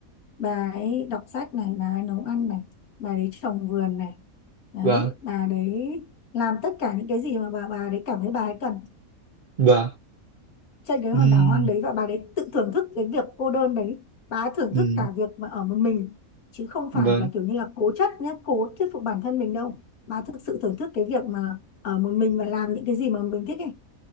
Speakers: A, on the left; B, on the right.
A: bà ấy đọc sách này bà ấy nấu ăn này bà ấy trồng vườn này đấy
B: vâng
A: bà đấy làm tất cả những cái gì mà bà bà đấy cảm thấy bà ấy cần
B: vâng
A: trên cái hòn
B: Ừm,
A: đảo hoang đấy và bà đấy tự thưởng thức cái việc cô đơn đấy bà ấy thưởng
B: ừm,
A: thức cả việc mà ở một mình chứ không phải
B: vâng
A: là kiểu như là cố chấp nhé cố thuyết phục bản thân mình đâu bà thực sự thưởng thức cái việc mà ở một mình và làm những cái gì mà mình thích ấy